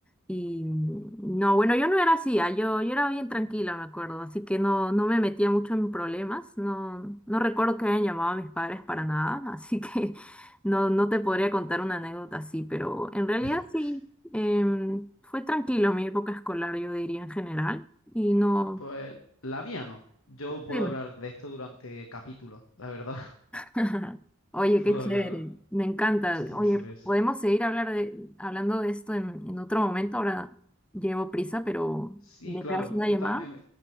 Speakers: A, in the centre; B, on the left.
A: Y mm, no, bueno, yo no era así, ah, Yo, yo era bien tranquila, me acuerdo, así que no, no me metía mucho en problemas, no, no recuerdo que hayan llamado a mis padres para nada, así que <laughs> no, no te podría contar una anécdota así, pero en realidad
B: <laughs>
A: sí, em, fue tranquilo mi época escolar, yo diría en general, y no...
B: pues, la mía no. Yo puedo
A: Sí.
B: hablar de esto durante capítulos, la verdad. <laughs>
A: <laughs> Oye, qué
B: Puedo
A: chévere,
B: hablar
A: me encanta.
B: muchísimo
A: Oye,
B: sobre eso.
A: podemos seguir hablar de, hablando de esto en, en otro momento. Ahora llevo prisa, pero
B: Sí,
A: me
B: claro,
A: pegas una
B: yo
A: llamada.
B: también, me-